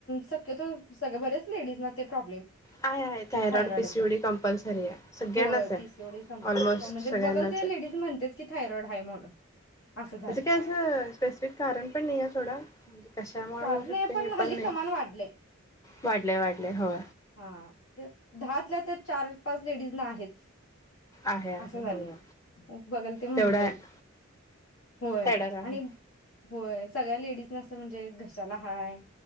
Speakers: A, on the left (about 70°); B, on the left (about 15°).
A: शक्यतो सगळे बरेच लेडीज ते प्रॉ्
B: आहे आहे थायरॉइड
A: थायॉडचा
B: पीसीओडी कंपल्सरी आहे सगळ्यांनाच
A: होय
B: आहे
A: पीसीयूडि संपून
B: ऑलमोस्ट
A: म्हणजे
B: सगळ्यांनाच
A: बघल ते
B: आहे
A: लेडीज म्हणते की थायरॉइड हाय म्हणून! असं झालंय
B: त्याच काय असं स्पेसिफिक कारण पण नाहीये सोडा! म्हणजे? कशामुळे
A: कारण
B: होऊ शकते
A: आहे
B: हे
A: हल्ली
B: पण नाही!
A: प्रमाण वाढलंय
B: वाढलय वाढलय ह!
A: हा तर चार पाच लेडीज ना आहेच!
B: आहे आहे
A: असं झालंय
B: होय
A: बघल ते म्हणतेयच!
B: तेवढा आहे
A: होय
B: तेडर आहे
A: आणि होय सगळ्या लेडीज म्हणजे घश्याला हाय